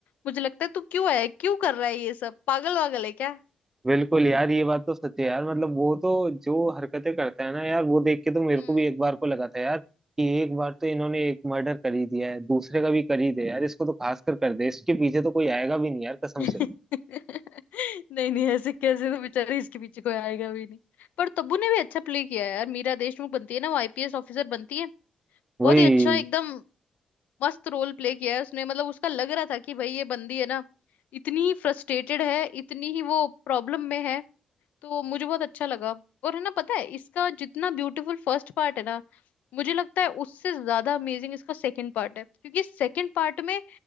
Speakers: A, on the left; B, on the right.
A: मुझे लगता है तू क्यों है क्यों कर रहा है ये सब पागल वागल है क्या
B: बिल्कुल यार ये बात तो सच है यार मतलब वो तो जो हरकतें करता है ना यार वो देख के तो मेरे
A: हम्म
B: को भी एक बार को लगा था यार कि एक बार तो इन्होंने एक मर्डर कर ही दिया है दूसरे का भी कर ही दे यार इसको तो खास कर कर दे इसके पीछे तो कोई आएगा भी नहीं यार कसम
A: <laughs>
B: से
A: नहीं नहीं ऐसे कैसे तो बेचारे इसके पीछे कोई आएगा भी नहीं पर तब्बू ने भी अच्छा प्ले किया है यार मीरा देशमुख बनती है ना वो आईपीएस ऑफिसर बनती है
B: वही
A: बहुत ही अच्छा एकदम मस्त रोल प्ले किया है उसने मतलब उसका लग रहा था कि भाई ये बंदी है ना इतनी फ्रस्ट्रेटेड है इतनी ही वो प्रॉब्लम में है तो मुझे बहुत अच्छा लगा और है ना पता है इसका जितना ब्यूटीफुल फर्स्ट पार्ट है ना मुझे लगता है उससे ज्यादा अमेजिंग इसका सेकंड पार्ट है क्योंकि सेकंड पार्ट में